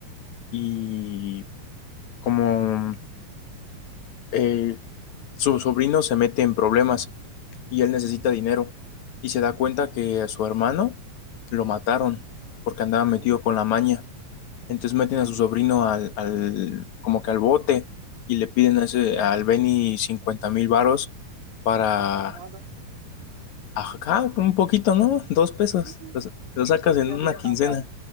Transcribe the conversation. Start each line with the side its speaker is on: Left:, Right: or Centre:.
Left: y como eh, su sobrino se mete en problemas y él necesita dinero y se da
Right: ujú,
Left: cuenta que a su hermano lo mataron porque andaba
Right: Ok.
Left: metido con la maña. Entonces meten a su sobrino al, al- como que al bote y le piden
Right: ujú.
Left: a ese- al Benny cincuenta mil varos para
Right: <laughs> Casi nada.
Left: acá un poquito, ¿no? Dos pesos.
Right: Sí,
Left: Los- Lo, sacas
Right: un
Left: en
Right: día
Left: una
Right: de chamba.
Left: quincena